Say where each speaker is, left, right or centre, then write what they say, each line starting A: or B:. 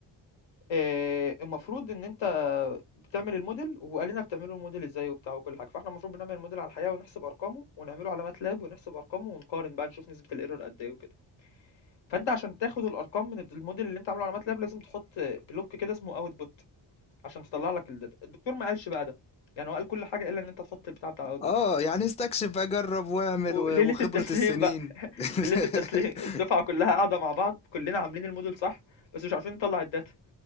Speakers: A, on the left (about 80°); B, on the left (about 15°).
A: آه المفروض ان انت بتعمل الموديل وقال لنا بتعملوا الموديل ازاي وبتاع وكل حاجه فاحنا المفروض بنعمل الموديل على الحقيقه ونحسب ارقامه ونعمله على ماتلاب ونحسب ارقامه ونقارن بقى نشوف نسبه الايرور قد ايه وكده فانت عشان تاخد الارقام من الموديل اللي انت عامله على ماتلاب لازم تحط بلوك كده اسمه اوتبوت عشان تطلع لك الداتا الدكتور ما قالش بقى ده يعني هو قال كل حاجه الا ان انت تحط البتاع بتاع الاوتبوت
B: اه يعني استكشف بقى جرب واعمل
A: وليله
B: و- وخبرة
A: التسليم
B: السنين
A: بقى
B: <laughs>
A: ليله التسليم الدفعه كلها قاعده مع بعض كلنا عاملين الموديل صح بس مش عارفين نطلع الداتا